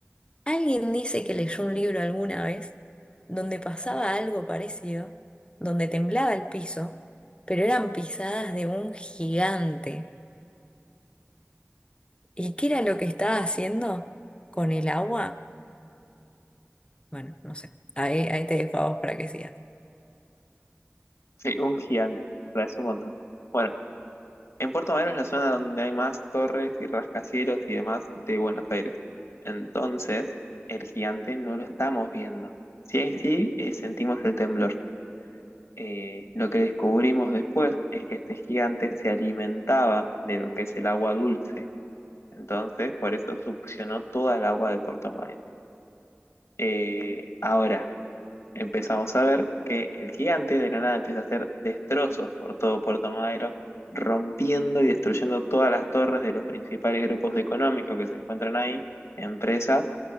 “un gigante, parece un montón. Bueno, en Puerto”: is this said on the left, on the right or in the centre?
Left